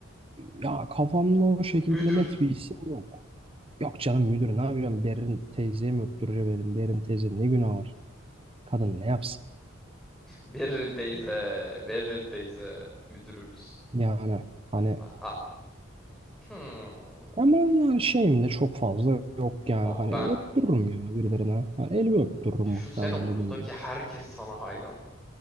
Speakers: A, on the right; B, in the centre.
A: Ya kafamda o şekilde
B: Müdür.
A: net bir isim yok. Yok canım müdür ne yapacağım? Berin teyzeye mi öptüreceğim elim? Berin teyze ne günah var? Kadın ne yapsın?
B: Berin teyze. Berin teyze. Müdürümüz.
A: Yani hani
B: Abi. Hmm.
A: Ama yani şeyim de çok fazla yok yani
B: Abi
A: hani
B: ben
A: öptürürüm ya birilerine. Hani elimi öptürürüm
B: düşünsene
A: muhtemelen
B: okuldaki
A: dediğim gibi.
B: herkes sana hayran.